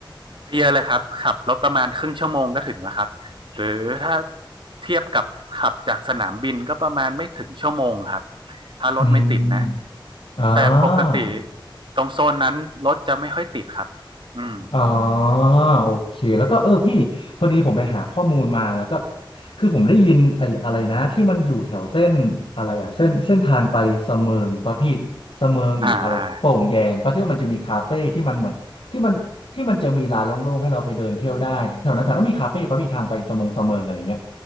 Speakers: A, on the right; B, on the left.
A: ไม่เยอะเลยครับขับรถประมาณครึ่งชั่วโมงก็ถึงแล้วครับหรือถ้าเทียบกับขับจากสนามบินก็ประมาณไม่ถึงชั่วโมงครับถ้ารถไม่ติดนะ
B: อืมอ่า
A: แต่ปกติตรงโซนนั้นรถจะไม่ค่อยติดครับอืม
B: อ๋อโอเคแล้วก็เออพี่พอดีผมไปหาข้อมูลมาแล้วก็คือผมได้ยินไอ้อะไรนะที่มันอยู่แถวเส้นอะไรอะเส้นเส้นทางไปเสมิงปะพี่เสมิงหรืออะไรโป่งแยงปะที่ว่ามันจะมีคาเฟ่ที่มันเหมือนที่มันที่มันจะมีลานโล่งๆให้เราไปเดินเที่ยวได้แถวนั้นแถวนั้นมีคาเฟ่ปะพี่ทางไปสมงเสมิงอะไรเงี้ย
A: อ่า